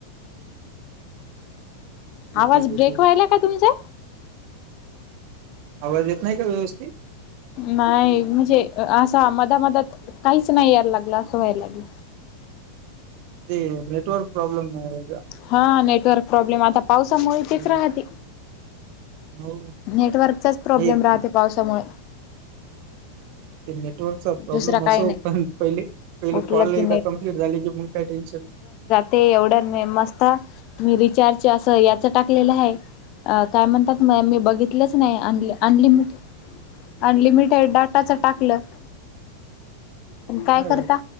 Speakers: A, on the right; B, on the left.
A: घेतील
B: आवाज
A: घेतील
B: ब्रेक व्हायला काय तुमचा?
A: आवाज येत नाही का व्यवस्थित?
B: नाही म्हणजे असा मध्यामध्यात काहीच नाही यायला लागलं असं व्हायला लागल.
A: ते नेटवर्क प्रॉब्लेम आहे.
B: हा नेटवर्क प्रॉब्लेम ये आता पावसामुळे येतच
A: ना
B: राहतील.
A: हो
B: नेटवर्कचाच प्रॉब्लेम
A: हे ते
B: राहते पावसामुळे.
A: ते नेटवर्कचा प्रॉब्लेम
B: दुसरा काही
A: असो
B: नाही.
A: पण पहिले, पहिले
B: उठलं
A: कॉल
B: की
A: एकदा कम्प्लीट झाली की मग काय टेन्शन नाही.
B: ते एवढं नेम असतं, मी रिचार्ज असं याच टाकलेलं हाय. अ काय म्हणतात म मी बघितलंच नाही अन अनलिमिटेड अनलिमिटेड डाटाच टाकलं. पण काय
A: हा
B: करता?
A: का